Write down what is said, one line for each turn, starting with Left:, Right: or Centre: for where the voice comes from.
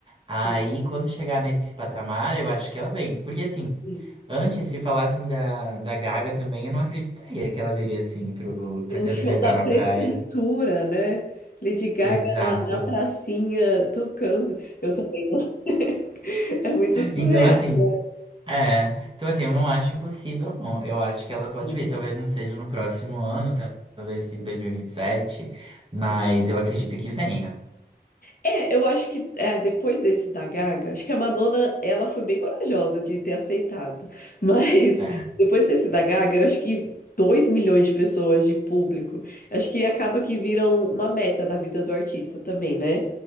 Left: sim.
Right: Aí, quando chegar nesse patamar, eu acho que ela vem. Porque assim,
Left: sim.
Right: antes, se falassem da, da Gaga também, eu não acreditaria que ela viria assim pro, pra
Left: Para
Right: se
Left: um show
Right: apresentar
Left: da
Right: na
Left: prefeitura,
Right: praia.
Left: né? Lady Gaga
Right: Exato.
Left: na, na pracinha tocando. Eu também não. <laughs> É muito surreal,
Right: Então, assim,
Left: né?
Right: é. Então, assim, eu não acho impossível, não. Eu acho que ela pode
Left: Aham,
Right: vir. Talvez não seja no próximo ano, tá- talvez em dois mil e e vinte e sete. mas
Left: sim.
Right: eu acredito que venha.
Left: É, eu acho que é, depois desse da Gaga, acho que a Madonna, ela foi bem corajosa de ter aceitado. <laughs> Mas
Right: É.
Left: depois desse da Gaga, eu acho que 2 milhões de pessoas de público, acho que acaba que viram uma meta da vida do artista também, né?